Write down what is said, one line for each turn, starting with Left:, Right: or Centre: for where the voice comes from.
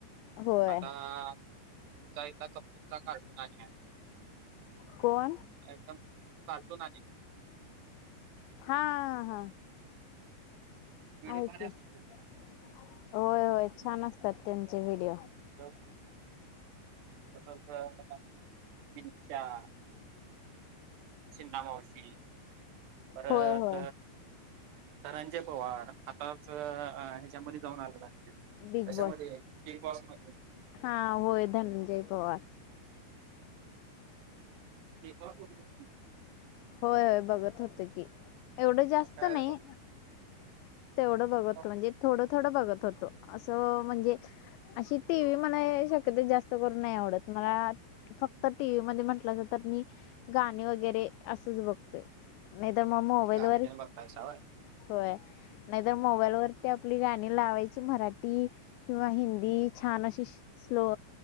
Left: होय
Right: आता तुमचा एकदा कपूरचा कार्टून <unintelligible>
Left: कोण
Right: एकदम कार्टून आणि
Left: हा हा
Right: व्हिडिओ
Left: आई
Right: भारी
Left: कु,
Right: असतात
Left: होय, होय छान असतात त्यांचे व्हिडिओ.
Right: ह <unintelligible> तसंच विच्याा <unintelligible> <inaudible> चिंतामावशी <inaudible>
Left: होय होय
Right: परत धनंजय पवार आताच ह्याच्यामध्ये जाऊन आलेला आहे.
Left: बिग
Right: कशा
Left: बॉस
Right: मध्ये? बिग बॉस मध्ये.
Left: हा होय धनंजय पवार.
Right: बिग बॉक्स ब <unintelligible>
Left: होय, होय बघत होत की एवढं
Right: मग
Left: जास्त
Right: काय
Left: नाही. तेवढं
Right: धनंजय
Left: बघत हो म्हणजे थोड, थोड बघत होतो असं म्हणजे अशी टी व्ही मला शक्यतो जास्त करून नाही आवडत मला फक्त टी व्ही मध्ये म्हंटलं अस तर मी गाणी वगैरे असच बघतोय. नाही तर मग मोबाईलवर,
Right: गाणी त्याने बघताय सावय
Left: होय नाही तर मोबाईलवर ते आपली गाणी लावायची मराठी किंवा हिंदी छान अशी स्लो